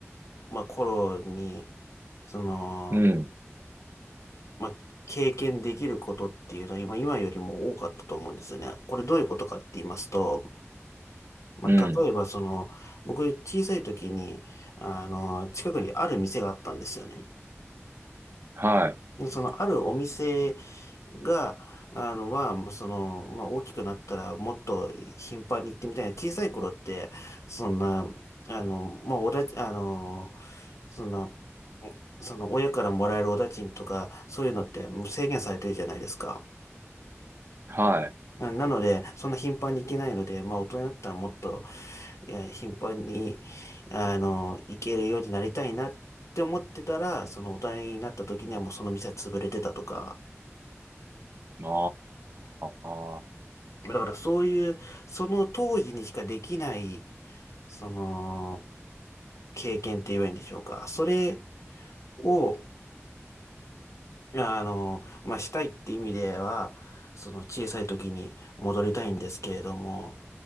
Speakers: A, on the left; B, on the right.
A: まあ、頃に、その、
B: うん、
A: まあ、経験できることっていうのは今、今よりも多かったと思うんですよね。これどういうことかって言いますと、まあ、
B: うん。
A: 例えばその、僕小さい時に、あの、近くにある店があったんですよね。
B: はい、
A: その、あるお店が、あの、まあ、その、まあ、大きくなったらもっと頻繁に行ってみたいな。小さい頃って、そんな、あの、まあ、おだち、あの、そんな、その、親からもらえるお駄賃とか、そういうのってもう制限されてるじゃないですか。
B: はい。
A: ななので、そんな頻繁に行けないので、まあ、大人になったらもっと、いや、頻繁に、あの、行けるようになりたいなって思ってたら、その大人になった時にはもうその店は潰れてたとか、
B: まあ、あ
A: だからそういう、その当時にしかできない、その、経験って言えばいいんでしょうか。それを、あの、まあ、したいって意味では、その小さい時に戻りたいんですけれども、